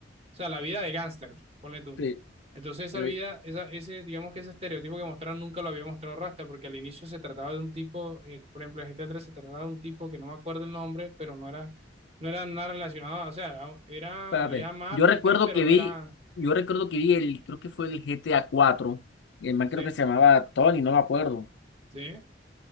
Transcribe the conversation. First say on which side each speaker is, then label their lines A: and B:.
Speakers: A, on the right (about 35°); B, on the left (about 65°).
A: sea, la vida de gángster, ponle tú.
B: sí.
A: Entonces esa
B: Eh,
A: vida, esa, ese, digamos que ese estereotipo que mostraron nunca lo había mostrado Rasta, porque al inicio se trataba de un tipo, eh, por ejemplo, en GTA tres se trataba de un tipo que no me acuerdo el nombre, pero no era, no era nada relacionado, o sea, era, era-
B: Espérate.
A: había mafia
B: Yo recuerdo
A: y tal, pero
B: que vi,
A: era,
B: yo recuerdo que vi el, creo que fue el GTA cuatro. El man
A: sí,
B: creo que se llamaba Tony, no me acuerdo.
A: sí,